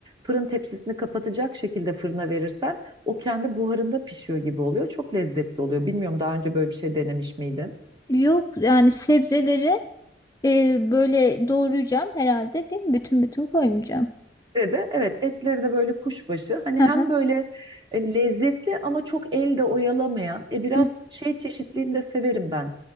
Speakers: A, on the right (about 25°); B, on the left (about 20°).
A: fırın tepsisini kapatacak şekilde fırına verirsen o kendi buharında pişiyor gibi oluyor. Çok lezzetli oluyor. Bilmiyorum daha önce böyle bir şey denemiş miydin?
B: Yok yani sebzeleri e, böyle doğrayacağım herhalde değil mi? Bütün bütün koymayacağım.
A: Ve de evet etleri de böyle kuşbaşı. Hani
B: Hı
A: hem
B: hı.
A: böyle e, lezzetli ama çok elde oyalamayan. E, biraz
B: Hı
A: şey çeşitliliğini de severim ben.